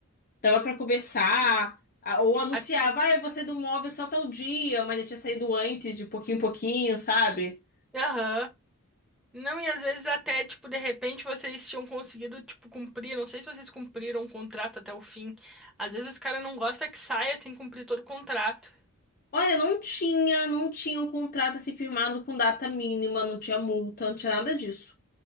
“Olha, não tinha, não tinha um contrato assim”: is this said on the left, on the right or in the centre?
Left